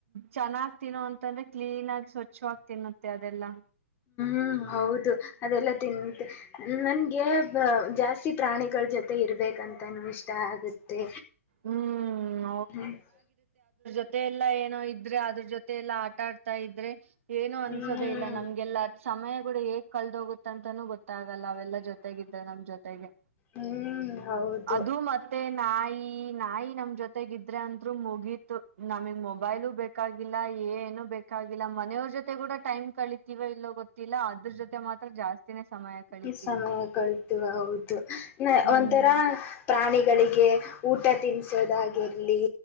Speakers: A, on the right (about 65°); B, on the left (about 25°).
A: ಚೆನ್ನಾಗಿ ತಿನ್ನೋ ಅಂತಂದ್ರೆ ಕ್ಲೀನ್ ಆಗಿ ಸ್ವಚ್ಛವಾಗಿ ತಿನ್ನತ್ತೆ ಅದ ಎಲ್ಲಾ
B: ಹೂ ಹೌದು ಅದೆಲ್ಲ ತಿನ್ನುತ್ತೆ ನನಗೆ ಜಾಸ್ತಿ ಪ್ರಾಣಿಗಳ ಜೊತೆ <unintelligible> ತೆ ಇರ್ಬೇಕಂತನೂ ಇಷ್ಟ ಆಗುತ್ತೆ
A: ಹ್ಮ್
B: ಹು <unintelligible>
A: ಮುಂದೆ ಎಲ್ಲ ಏನೋ ಇದ್ರೆ ಅದ್ರ ಜೊತೆ <unintelligible> ಎಲ್ಲ ಆಟ ಆಡ್ತಾ ಇದ್ರೆ ಏನು ಅನ್ಸೋದೇ
B: ಹ್ಮ್
A: ಇಲ್ಲ ನಮಗೆ ಎಲ್ಲಾ ಸಮಯ ಕೂಡ ಹೇಗ್ ಕಳೆದ ಹೋಗುತ್ತೆ ಅಂತ ಗೊತ್ತಾಗಲ್ಲ ಅವೆಲ್ಲಾ ಜೊತೆಗಿದ್ದ ನಮ್ಮ ಜೊತೆಗೆ
B: ಹ್ಮ್ ಹೌದು
A: ಅದು ಮತ್ತೆ ತ್ತೆ ನಾಯಿ ನಾಯಿ ನಮ್ಮ ಜೊತೆಗ ಇದ್ರೆ ಅಂತ್ರು ಮುಗೀತು ನಮಗೆ ಮೊಬೈಲು ಬೇಕಾಗಿಲ್ಲ. ಅ ಏನು ಬೇಕಾಗಿಲ್ಲ ಮನೆ ಅವರ ಜೊತೆ ಕೂಡ ಟೈಮ್ ಕಳಿತೀವ ಇಲ್ಲೋ ಗೊತ್ತಿಲ್ಲ ಅದರ ಜೊತೆ ಮಾತ್ರ ಜಾಸ್ತಿನೇ <unintelligible> ಕಳಿತೀವಿ
B: ಈ ಸಮಯ ಕಳಿತೀವಿ ಹೌದು? <unintelligible>
A: ಹ್ಮ್
B: ಒಂಥರಾ ಪ್ರಾಣಿಗಳಿಗೆ ಊಟ ತಿನ್ಸೋದಾಗಿರ್ಲಿ